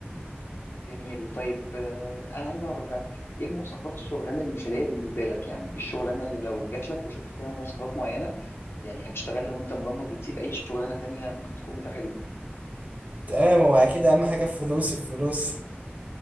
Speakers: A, on the left; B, on the right.
A: جميل طيب آه، انا عايز اعرف بقى ايه مواصفات الشغلانه المثاليه بالنسبه لك يعني إيه الشغلانه اللي لو جات لك وشفت فيها مواصفات معينه يعني هتشتغلها وانت مغمض وتسيب اي شغلانه تانية ممكن تكون متاحه ليك
B: تمام هو اكيد اهم حاجه الفلوس الفلوس